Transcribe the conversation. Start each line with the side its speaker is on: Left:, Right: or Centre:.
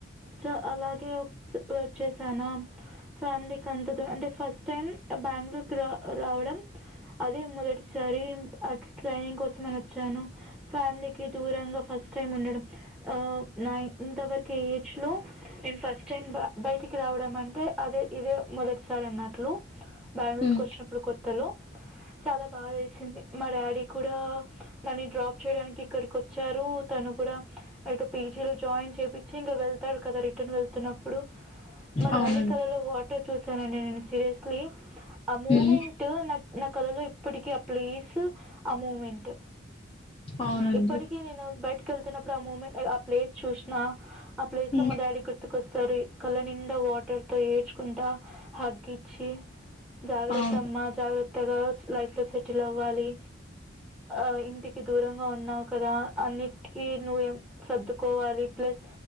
Centre: స అలాగే వచ్చేసాను ఫ్యామిలీకి అంత దరం అంటే ఫస్ట్ టైమ్ బెంగళూరుకి రా రావడం అదే మొదటిసారి అటు ట్రైనింగ్ కోసం అని వచ్చాను ఫ్యామిలీకి దూరంగా ఫస్ట్ టైమ్ ఉండడం ఆ నై ఇంత వరకు ఏజ్ లో నేను ఫస్ట్ టైం బయటికి రావడం అంటే అదే ఇదే మొదటిసారి అన్నట్లు బెంగళూరుకి
Left: హ్మ్
Centre: వచ్చినప్పుడు కొ హలో చాలా బాధ వేసింది మా డాడీ కూడా నన్ని డ్రాప్ చేయడానికి ఇక్కడికి వచ్చారు తను కూడా అయితే పీజీ లో జాయిన్ చేపిచ్చి ఇంకా వెళ్తాడు కదా రిటర్న్ వెళ్తున్నప్పుడు మా
Left: అవునండి
Centre: డాడీ కళలో వాటర్ చూసానండి నేను సీరియస్లీ ఆ మూమెంట్
Left: హ్మ్
Centre: నాకు నా కళలో ఇప్పటిక ఆ ప్లేస్ ఆ మూమెంట్
Left: అవునండి
Centre: ఇప్పటికీ నేను బట్ టికి వెళ్తూ అప్పుడ ఆ మూమెంట్ ఆ ప్లేస్ చూశినా ఆ ప్లేస్
Left: హ్మ్
Centre: లో మా డాడి గుర్తుక్ కొస్తారు కళ్ళ నిండా వాటర్ తో ఏడ్చుకుంటా హగ్గిచ్చి జాగ్రత్త
Left: అవును
Centre: అమ్మ జాగ్ర త్తగా లైఫ్ లో సెటిల్ అవ్వాలి ఆ ఇంటికి దూరంగా ఉన్నావ్ కదా అన్నిటికీ నువ్వేం సర్దుకోవాలి ప్లస్